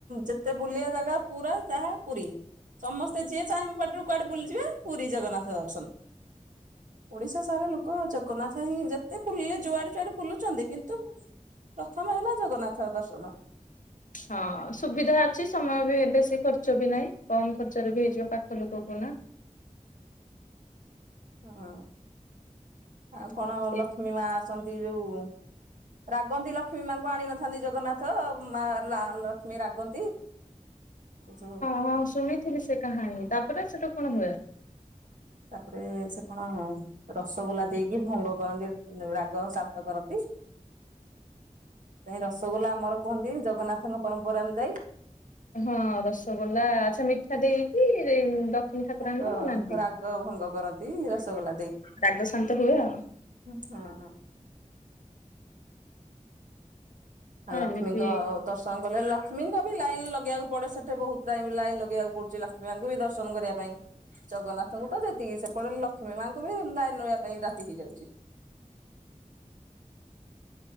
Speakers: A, on the right; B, on the left.
A: ଯେତେ ବୁଲିବା ଜାଗା ପୁରା ଯାହା ପୁରୀ। ସମସ୍ତେ ଯିଏ ଚାହିଁବୋ ପାଟିରୁ କୁଆଡେ ବୁଲିଯିବା ପୁରୀ ଜଗନ୍ନାଥ ଦର୍ଶନ। ଓଡିଶା ସାରା ଲୋକ ଜଗନ୍ନାଥ ହିଁ ଯେତେ ବୁଲିଲେ ଯୁଆଡେ ଯୁଆଡେ ବୁଲୁଛନ୍ତି କିନ୍ତୁ ପ୍ରଥମ ହେଲା ଜଗନ୍ନାଥ ଦର୍ଶନ।
B: ହଁ ସୁବିଧା ଅଛି ସମୟ ବି ବେଶୀ ଖର୍ଚ୍ଚ ବି ନାହିଁ କମ ଖର୍ଚରେ ବି ହେଇଯିବ ପାଖ ଲୋକ କନା।
A: ହଁ ଆଉ କଣ
B: ସେଇ
A: ଲକ୍ଷ୍ମୀ ମା ଆସନ୍ତି ଯୋଉ ରାଗନ୍ତି ଲକ୍ଷ୍ମୀ ମାଙ୍କୁ ଆଣ ନଥାନ୍ତି ଜଗନ୍ନାଥ ମା ଲକ୍ଷ୍ମୀ ରାଗନ୍ତି। ହଁ
B: ହଁ ଶୁଣିଥିଲି ସେ କାହାଣୀ ତାପରେ ସେଠୁ କଣ ହୁଏ?
A: ତାପରେ ସେ କଣ ରସଗୋଲା ଦେଇକି ଭଙ୍ଗ କରନ୍ତି ରାଗ ଶାନ୍ତ କରନ୍ତି। ରସଗୋଲା ଆମର କୁହନ୍ତି ଜଗନ୍ନାଥଙ୍କ ପରମ୍ପରା ଅନୁଯାୟୀ।
B: ହଁ ରସଗୋଲା ଆଚ୍ଛା ମିଠା ଦେଇକି ଦକ୍ଷିଣୀ ଠାକୁରାଣୀଙ୍କୁ
A: ତାଙ୍କ
B: ବନାନ୍ତି।
A: ରାଗ ଭଙ୍ଗ କରନ୍ତି ରସଗୋଲା ଦେଇକୀ।
B: ରାଗ ଶାନ୍ତ ହୁଏ ଆଉ।
A: ହଁ ହଁ ଆ
B: ହଁ
A: ଲକ୍ଷ୍ମୀଙ୍କ
B: ଏମିତି
A: ଦର୍ଶନ କଲେ ଲକ୍ଷ୍ମୀଙ୍କ ବି ଲାଇନ୍ ଲଗେଇକୁ ପଡେ ସେଠି ବହୁତ ଟାଇମ ଲାଇନ୍ ଲଗେଇବାକୁ ପଡୁଛି ଲକ୍ଷ୍ମୀ ପଙ୍କୁ ବି ଦର୍ଶନ କରିବା ପାଇଁ। ଜଗନ୍ନାଥଙ୍କୁ ତ ଯେତିକି ସେପଟେ ଲକ୍ଷ୍ମୀ ମାଙ୍କୁ ବି ଲାଇନ ରବା ପାଇଁ ରାତି ହେଇଯାଉଛି।